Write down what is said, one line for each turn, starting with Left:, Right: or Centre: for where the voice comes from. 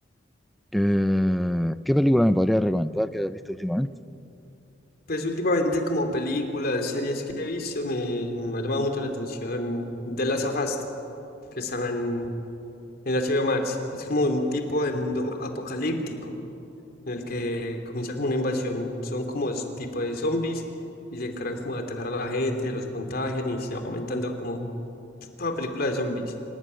Centre: ¿Qué, qué película me podría recomendar que hayas visto últimamente?
Left: Pues últimamente como películas, series que he visto, me, me ha llamado mucho la atención de las of Us, que están en, en HBO Max. Es como un tipo de mundo apocalíptico, en el que comienza como una invasión, son como s- tipo de zombies, y se encargan como de atacar a la gente, los contagian y se va aumentando como toda película de zombies,